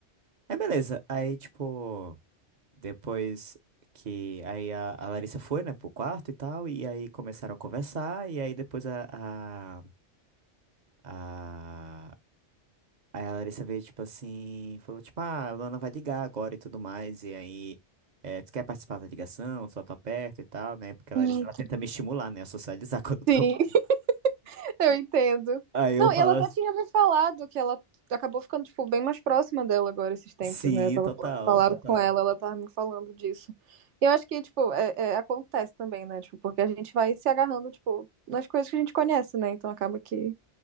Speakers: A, on the right (about 45°); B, on the right (about 80°).
A: Aí, beleza. Aí, tipo. Depois que aí a, a Larissa foi, né, pro quarto e tal, e aí começaram a conversar, e aí depois a, a, a, aí a Larissa veio, tipo assim, falou, tipo, ah, a Luana vai ligar agora e tudo mais, e aí, é, tu quer participar da ligação, só tô perto e tal, né, porque a
B: Hum,
A: Larissa, ela tenta me estimular, né, a socializar <laughs> quando eu
B: Sim,
A: tô...
B: <laughs> eu entendo.
A: Aí eu
B: Não,
A: falo
B: e ela
A: assim,
B: até tinha me falado que ela acabou ficando, tipo, bem mais próxima dela agora esses tempos,
A: sim,
B: né? Eu tava
A: total,
B: falando
A: total.
B: com ela, ela tava me falando disso. E eu acho que, tipo, é- é, acontece também, né? Tipo, porque a gente vai se agarrando, tipo, nas coisas que a gente conhece, né? Então acaba que